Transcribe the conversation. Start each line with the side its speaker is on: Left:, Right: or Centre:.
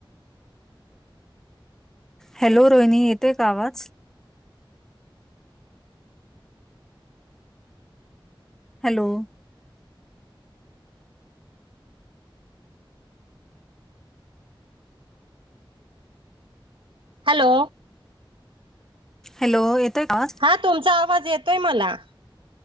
Centre: Hello Rohini येतेय का आवाज. हॅलो.
Right: हॅलो.
Centre: हॅलो येतोय का.
Right: हा तुमचा आवाज येतोय मला.